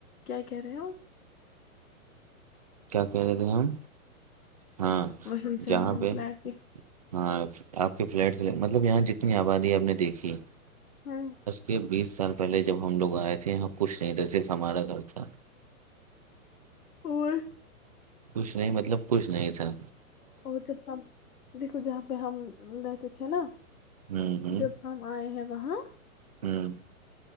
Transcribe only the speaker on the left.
کیا کہہ رہے ہوپ
وہی
ہم
فلیٹ
ہوں
اور
اور جب دیکھو جہاں پہ ہم رہتے تھے نا
جب ہم آئے ہیں وہاں